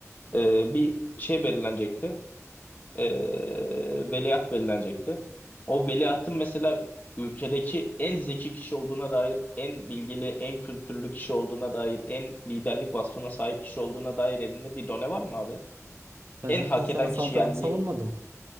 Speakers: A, on the left; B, on the right.
A: Ee, bir şey belirlenecekti. Ee, veliaht belirlenecekti. O veliahtın mesela ülkedeki en zeki kişi olduğuna dair, en bilgili, en kültürlü kişi olduğuna dair, en liderlik vasfına sahip kişi olduğuna dair elinde bir done var mı abi?
B: Ben
A: En
B: zaten
A: hak
B: sana
A: eden
B: saltanat
A: kişi yani
B: savunmadım.
A: li-